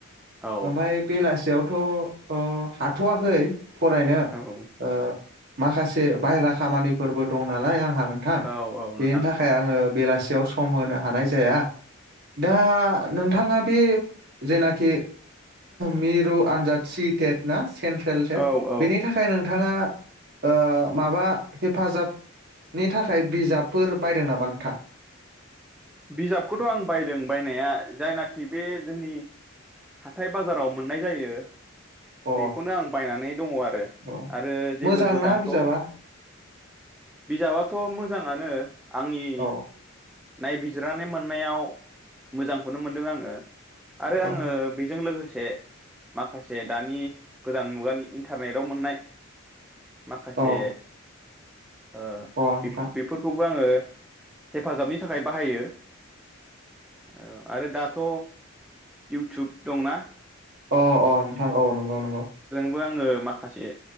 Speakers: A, in the centre; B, on the right (about 50°).
A: औ
B: ओमफाय बेलासियाव थ आं हाथवाखै फरायनो
A: औ
B: ओ माखासे बाहेरा खामानिफोरबो दं नालाय आंहा। नोंथां
A: औ औ
B: बेनि
A: नोंथां
B: थाखाय आङो। बेलासियाव सम होनो हानाय जाया दा नोंथाङा बे जेनाखि मिरु आनजाद सिटेट ना? सेन्ट्रेल टेट
A: औ औ
B: बेनि थाखाय नोंथाङा ओ माबा हेफाजाबनि थाखाय बिजाबफोर बायदों नामा नोंथां?
A: बिजाबखौथ' आं बायदों बायनाया जायनाखि बे जोंनि हाथाय बाजाराव मोननाय जायो
B: अ
A: बेखौनो आं बायनानै दङ आरो
B: अ
A: आरो जेबो
B: मोजांना
A: गोदानथ
B: बिजाबा
A: बिजाबाथ मो मोजाङानो आंनि
B: औ
A: नायबिजिरनानै मोननायाव मोजांखौनो मोनदों आङो आरो
B: औ
A: आङो बेजों लोगोसे दे माखासे दानि गोदान मुगानि इन्टारनेटाव मोननाय माखासे
B: औ
A: ओ
B: औ अ नोंथां
A: बेखौ बेफोरखौबो आङो हेफाजाबनि थाखाय बाहायो औ आरो दाथ इउथुब दंना
B: अ अ औ नंगौ नंगौ
A: नाङो